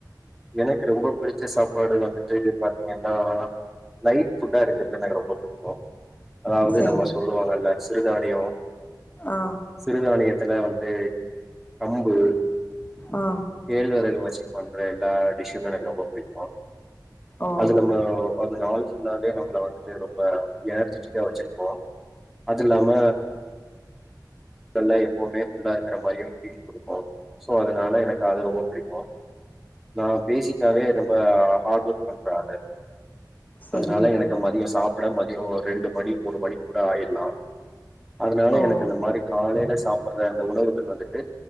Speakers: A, in the centre; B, on the left.
A: எனக்கு ரொம்ப புடிச்ச சாப்பாடு வந்துட்டு பாத்தீங்கன்னா லைட் புட்டா இருக்கிறது எனக்கு ரொம்ப பிடிக்கும் அதாவது
B: சேரி
A: நம்ம சொல்லுவாங்கல்ல சிறுதானியோம்
B: ஆ
A: சிறுதானிய என்ன வந்து கம்பு
B: ஆ
A: கேழ்வரகு வச்சு ஒன்றேன் த பிஷ்மே எனக்கு ரொம்ப புடிக்கும்
B: ஓ
A: அது நம்ம அந்த நாள் ஃபுல்லாவே நம்மள வந்துட்டு ரொம்ப எனர்ஜிட்டிக்கா வச்சிருப்போம் அது இல்லாம பல்ல எப்வுமே ஃபுல்லா இருக்கிற மாரி பீல் குடுக்கும் சோ அதனால எனக்கு அது ரொம்ப பிடிக்கும் நான பேசிக்காவே ரொம்ப ஹார்ட் ஒர்க் பண்றா அலு
B: சேரி
A: அதனால எனக்கு மதியம் சாப்பட மதியோம் ரெண்டு மணி மூணு மணி கூட ஆயிடலாம் அதனால
B: ஓ
A: எனக்கு இந்த மாரி காலையில சாப்ப ற அந்த உணவுகள் வந்துட்டு